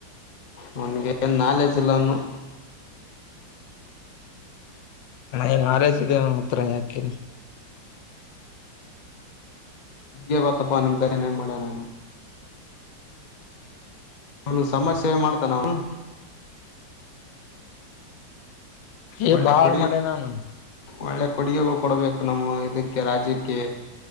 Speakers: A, on the left; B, on the left.
A: ಅವಂಗೆ ನಾಲೇಜ್ ತಿಲನು
B: ಎ ನಾಲೇಜ್ ಇದೆ ನನ್ನ ಹತ್ರ ಯಾಕೆ
A: ನಿಮ್ಗೆ ಗೊತ್ತಾಪಾ ನಿಮ ಧರೆನ್ ಏನ್ ಮಾಡ್ಯಾನ. ಅವನ್ ಸಮಜ ಸೇವೆ ಮಾಡ್ತಾನ ಅವ್ನು
B: ಏ
A: ಒಳ್ಳೆ
B: ಬಾಳ್
A: ಕೊಡಗೆ
B: ಮಾಡ್ಯನ ಅವನು
A: ಒಳ್ಳೆ ಕೊಡುಗೆಗಳು ಕೊಡಬೇಕು ನಮ್ಮ ಇದಕ್ಕೆ ರಾಜ್ಯಕ್ಕೆ